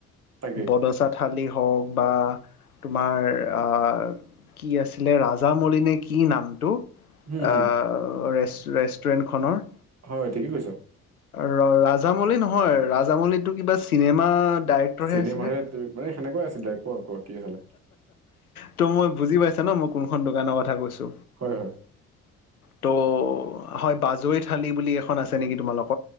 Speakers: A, on the right (about 35°); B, on the left (about 85°).
A: তাকে
B: বদচা থালি হওক, বা তোমাৰ আহ কি আছিলে ৰাজামনি নে কি নামটো?
A: হুম হুম
B: অ' ৰেষ্টুৰেণ্টখনৰ
A: হয় ঠিকেই কৈছ।
B: ৰ ৰাজামৌলি নহয়, ৰাজামৌলিতো কিবা চিনেমা ডাইৰেক্টৰহে
A: চিনেমাৰ
B: আছিলে।
A: হে মানে সেনেকুৱ আছিলে, অ' কোৱা কোৱা কি আছিলে?
B: ত' মই বুজি পাইছা ন মই কোনখন দোকানৰ কথা কৈছো?
A: হয়, হয়।
B: ত' হয়। বাজৰি থালি বুলি এখন আছে নেকি তোমালোক?